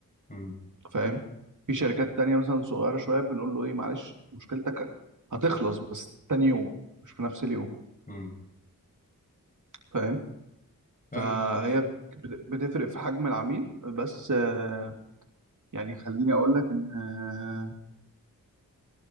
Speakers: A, on the left (about 25°); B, on the right (about 55°).
A: امم
B: فاهم في شركات تانية مثلا صغيره شويه بنقول له ايه معلش مشكلتك هتخلص بس تاني يوم مش في نفس اليوم
A: امم
B: فاهم
A: فاهم
B: فهي
A: قصدك.
B: بت- بتفرق في حجم العميل بس آه، يعني خليني اقول لك ان آه،